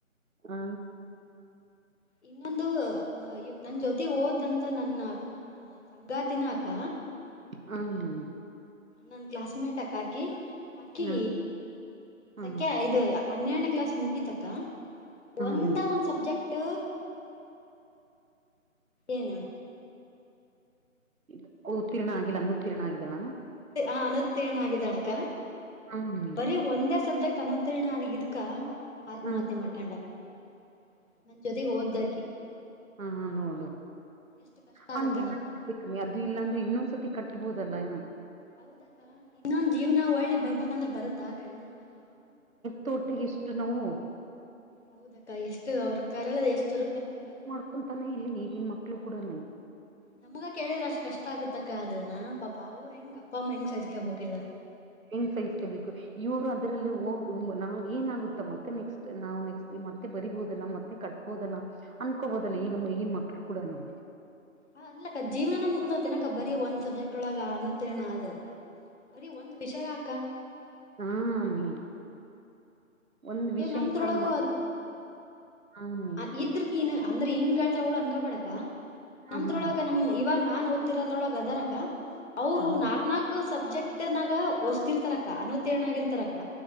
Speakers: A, on the right; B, on the left.
A: ಹಾ
B: ಇನ್ನೊಂದು ಇವ್ ನನ್ ಜೊತೆ ಹೋದಂತ ನನ್ನ ಸಂಗಾತಿನ ಅಕ್ಕ
A: ಹಾ ಹಾ
B: ನನ್ ಕ್ಲಾಸ್ಮೇಟ್ ಅಕ ಹಾಕಿ ಆಕಿ
A: ಹ ಹ
B: ಸಕ ಇದು ಹನ್ನೆರಡನೇ ಕ್ಲಾಸ್ ಮುಗಿತಕ ಒಂದ
A: ಹ್ಮ್
B: ಒಂದ್ ಸಬ್ಜೆಕ್ಟ್ ಏನು
A: ಇ ಉತ್ತೀರ್ಣ ಆಗಿಲ್ಲ ಅನ್ನು ಉತ್ತೀರ್ಣ ಆಗಿದಳ
B: ಆ ಅನುತ್ತೀರ್ಣ ಆಗಿದಾಳಕ್ಕ
A: ಹ್ಮ
B: ಬರೀ ಒಂದೇ ಸಬ್ಜೆಕ್ಟ್ ಅನುತ್ ತಿರ್ಣ ಅಗಿಇದ್ಕ ಆತ್ಮಹತ್ಯೆ
A: ಹ
B: ಮಾಡ್ಕಂಡ ಆಕಿ ನನ್ ಜೊತೆ ಓದ್ ಆಕಿ
A: ಹಾ ನೋಡು
B: ಎಷ್ಟು ಕಷ್ಟ
A: ಹ
B: ಆಗತ್ತಲ್ಲಕ್ಕ
A: <inaudible> ಕಮ್ಮಿ ಅದು ಇಲ್ಲಾಂದ್ರೆ ಇನ್ನೊಂದ್ಸತಿ ಕಟ್ಬೋದಲ್ಲಾ
B: ಹೌದಕ್ಕ ಇನ್ನೊಂದ್ ಜೀವನ ಒಳ್ಳೆ ಬರ್ಬೇಕಂದ್ರೆ ಬರುತ್ತ ಆಕ ಇಲ್ಲಲ್ಲಕ್ಕ
A: ತೋಟಗಿಷ್ಟು ನೋವು
B: ಹೌದಕ್ಕ ಎಷ್ಟು ಅವ್ರರು ಕರಳ ಎಷ್ಟು ಚುರುಕ್ ಅಂತ ಹೇಳಕ್ಕ
A: ಅಕೊಂತಾನೆ ಇಲ್ಲ ಈಗಿನ ಮಕ್ಳು ಕೂಡನು
B: ನಮಗ ಕೇಳಿದ್ರ ಅಷ್ಟ್ ಕಷ್ಟ ಆಗತ್ತಕ್ಕ ಅದುನ್ನ ಪಾಪಾ ಅವ್ರ ಹೆಂಗ ಅಪ್ಪ ಅಮ್ಮ ಹೆಂಗ್ ಸೈಸ್ಕಬೇಕ್ ಹೇಳ
A: ಯಂಗ್ ಸೈಸ್ಕ ಬೇಕು ಇವರು ಅದ್ರಲ್ಲಿ ಹೋಗ ನಾ ಏನ ಆಗುತ್ತ ಮತ್ತೆ ನೆಕ್ಸ್ಟ್ ನಾವು ನೆಕ್ಸ್ಟ್ ಮತ್ತೆ ಬರಿಬಹುದಲ್ಲ ಮತ್ತೆ ಕಟ್ ಬೋದಲ್ಲ ಅನ್ಕೋಬೋದಲ್ಲ
B: ಹಾ
A: ಈಗ ಈಗಿನ ಮಕ್ಳು ಕೂಡನು
B: ಹ ಅಲ್ಲಕ್ಕ ಜೀವ್ನನೆ ಮುಗ್ದೋಯ್ತ ತೆನಕ ಬರಿ ಒಂದ ಸಬ್ಜಕ್ಟ್ ಒಳ ಅನುತೀರ್ಣ ಆದ್ರ ಬರೀ ಒಂದ್ ವಿಷಯ ಅಕ್ಕ
A: ಹಾಮಿ ಒಂದ್
B: ಈಗ
A: ವಿಷಯಕ್ಕಂಗ
B: ನಮ್ದ್ರೊಳಗೂ
A: ಮಾಡ ಅಮ್ಮಿ
B: ಅ ಇದ್ರ ನೀನ್ ಅಂದ್ರೆ ಹಿಂಗ್ ಹೇಳ್ತ ಅವಳ ಅನ್ಕಬಡಕ
A: ಹ
B: ನಮ್ದ್ರೊಳಗ
A: ಹಾ
B: ನಮ ಇವಾಗ ನಾನ್ ಓದ್ತಿರೋದ್ರೊಳಗೆ ಅದರಕ ಅವ್ರು
A: ಅಮ್ಮಿ
B: ನಾಕ್ ನಾಕು ಸಬ್ಜೆಕ್ಟ್ ಒಟ್ಟನಾಗ ಹೊಸ್ತಿರ್ತಾರಕ್ಕ ಅನುತೀಣಗರ್ತಾರಕ್ಕ